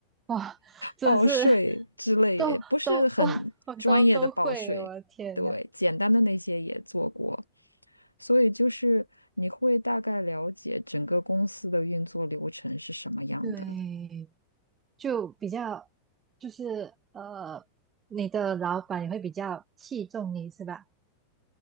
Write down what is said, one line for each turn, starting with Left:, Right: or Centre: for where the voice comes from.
Right: 哇，真是
Left: 报税之类也不是很专业的报税，
Right: 都都哇，我都都会，我的天呐，
Left: 对，简单的那些也做过，所以就是你会大概了解整个公司的运作流程是什么样的，
Right: 对，就比较就是呃，你的老板也会比较器重你是吧？